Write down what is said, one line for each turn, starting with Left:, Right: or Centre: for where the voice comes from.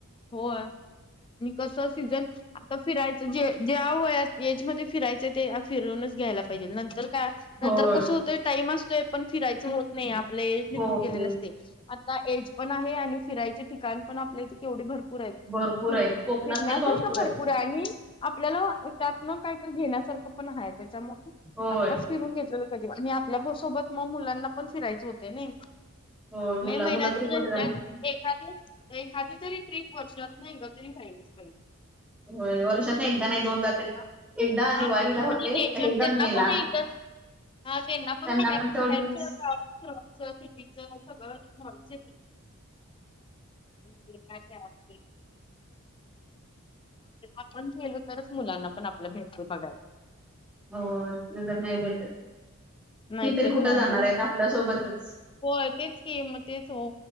Left: हो आणि कस सीझन आता फिरायचं जे ज्या वयात एजमध्ये फिरायचंय ते फिरूनच घ्यायला पाहिजे नंतर का नंतर
Centre: होय
Left: कसं होतोय टाइम असतोय पण फिरायचं होत नाही, आपलं एज निघून
Centre: होत
Left: गेलेलं
Centre: नाही
Left: असतयं. आता एज पण आहे आणि फिरायचे ठिकाण पण आपल्या इथे केवढी भर पुरयेत
Centre: भरपूर
Left: फिर
Centre: आहेत कोकणात
Left: फिरण्यासारखं
Centre: तर आहेत
Left: भरपूर आहे आणि आपल्याला यांच्यातन काहीतरी घेण्यासारखं पण आहे त्याच्यामुळे
Centre: होय
Left: आत्ताच फिरून घेतलेलं कधी आणि आपल्या सोबत मग मुलांना पण फिरायचे होते निइ.
Centre: होय
Left: मे
Centre: मुलं
Left: महिन्यात
Centre: मुलं तरी
Left: सुधन.
Centre: कुठे जाणार
Left: एखादी एखादी जरी ट्र्रीप वर्षातून एकदा तरी होयाला पाहिजे.
Centre: हो वर्षात न एकदा नाही दोनदा
Left: त्यांना
Centre: तरी. एकदा
Left: हा
Centre: दिवाळीला
Left: आणि
Centre: होते
Left: नेचर
Centre: एकदा
Left: त्यांना
Centre: मे
Left: पण
Centre: ला
Left: आहेत. ह तेना पण
Centre: त्यांना
Left: <unintelligible>
Centre: तेवढीच
Left: सिटीच सगळंयच <unintelligible> आपण गेलो तरच मुलांना पण आपल्या भेटी बघायला.
Centre: हो लगेच नाही भेटत
Left: नाहीतर
Centre: हे तरी कुठं
Left: नाही
Centre: जाणार आहेत आपल्या सोबतच.
Left: होय तेच की म तेच ओ.